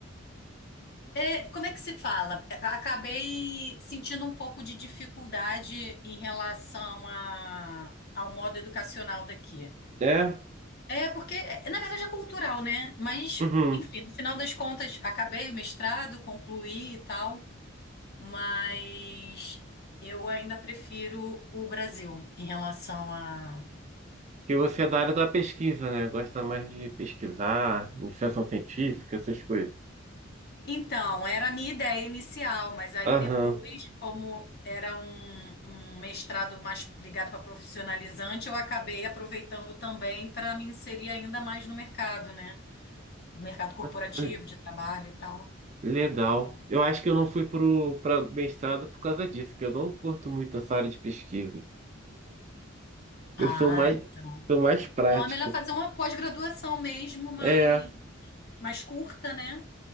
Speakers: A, on the left (about 50°); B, on the right (about 35°).
A: é, como é que se fala? É, Acabei sentindo um pouco de dificuldade em relação a, ao modo educacional daqui.
B: é.
A: É, porque, é, na verdade, é cultural, né? Mas,
B: uhum.
A: enfim, no final das contas, acabei o mestrado, concluí e tal, mas eu ainda prefiro o Brasil em relação a.
B: Que você é da área da pesquisa, né? Gosta mais de pesquisar, iniciação científica, essas coisas.
A: Então, era a minha ideia inicial, mas aí
B: Aham.
A: depois, como era um, um mestrado mais ligado para profissionalizante, eu acabei aproveitando também para me inserir ainda mais no mercado, né? No mercado corporativo,
B: Ah,
A: de trabalho e tal.
B: Legal. Eu acho que eu não fui pro para mestrado por causa disso, que eu não curto muito essa área de pesquisa.
A: Ah,
B: Eu sou mais
A: então.
B: sou mais prático.
A: Então é melhor fazer uma pós-graduação mesmo, mais,
B: É,
A: mais curta, né?